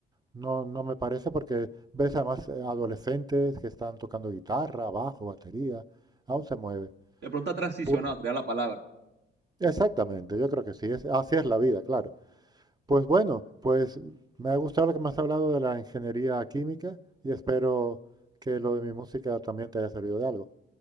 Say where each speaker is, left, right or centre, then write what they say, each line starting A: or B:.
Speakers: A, on the right; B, on the right.
A: no, no me parece, porque ves además eh, adolescentes que están tocando guitarra, bajo, batería, aún se mueve.
B: De pronto ha transicionado,
A: Pu-
B: sería la palabra.
A: exactamente, yo creo que sí, es, así es la vida, claro. Pues bueno, pues me ha gustado lo que me has hablado de la ingeniería química y espero que lo de mi música también te haya servido de algo.